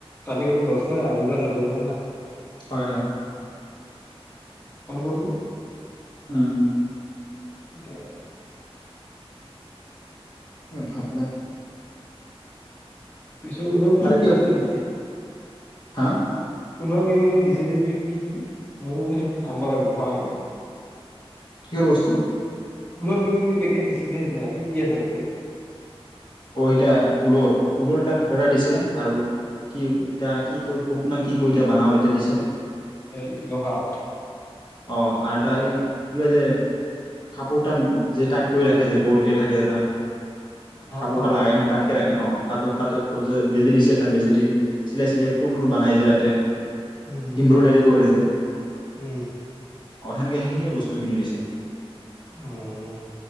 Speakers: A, on the left; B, on the left.
A: তাকি প দৰ্শ আবিলি ত নজৰ ত ন।
B: হয় হয়।
A: হৈ গ'ল
B: উম উ।
A: এয়।
B: ভালে।
A: পিছত ওলৰ কি
B: আৰু
A: কি
B: কিয়
A: বস্তু দিছে।?
B: হা।
A: পলনৰ কিবা কিবি দিছে যে কি কি কি মইো মানে আনব লাগিব পাই নাই <unintelligible>
B: কিহৰ বস্তু?
A: তোমাৰ কিবা কিবি পেকট দিছে যে সেইদিনা কি কি আছে ততে।
B: অহতিয়া ঊলৰ ঊলৰ এটা সূতা এটা দিছে আৰু কি এতিয়া কি ক শুক নি। কি কৰি এতিয়া বনাব এতিয়া দিছে।
A: এই লোহাট।
B: অঁ, আৰু এটা এই কি ক যে কাপোৰ এটা যে টাইট কৰি ৰাখে যে গ'ল্কে থাকে এটা।
A: অ
B: কাপোৰ
A: অ
B: লগাইেনে তাতকে ৰাখে অঁ। তাত তাতে ত যে বেজি দিছে তাত বেজি দি চিলাই চিলাই ফুল ফুল বনাইছে তাতে।
A: উম
B: এম্ব্ৰইডাৰী কৰেছে <unintelligible> হয়।
A: উম।
B: অ হেনকে সেইখিনিয়ে বস্তু কিনি দিছে।
A: উম।